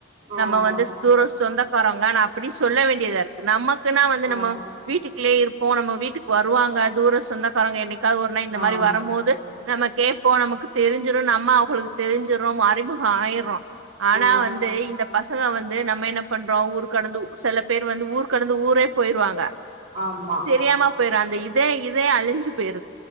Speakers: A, on the right; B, on the right.
A: ஆமா
B: நம்ம வந்து தூரோ சொந்தக்காரங்க நா அப்டி சொல்ல வேண்டியதா இருக்கு நமக்குன்னா வந்து
A: ஆமா
B: நம்ம வீட்டுக்ளே இருப்போ நம்ம வீட்டுக்கு வருவாங்க தூர சொந்தக்காரங்க என்னைக்காது ஒருநா இந்த மாரி
A: ஆமா
B: வரம்போது நமக்கே இப்ப நமக்கு தெரிஞ்சுரு நம்ம அவகளுக்கு தெரிஞ்சுர்றோ நம்மோ அறிமுகோ ஆயட்றோ ஆனா
A: ஆ
B: வந் து இந்த பசங்க வந்து நம்ம என்ன பண்றோ ஊருக் கடந்து செல பேர் வந்து ஊர் கடந்து ஊரே போயிருவாங்க
A: ஆமா
B: செரியாம பேய்ரு அந்த இதே இதே அழிஞ்சு பெயிரு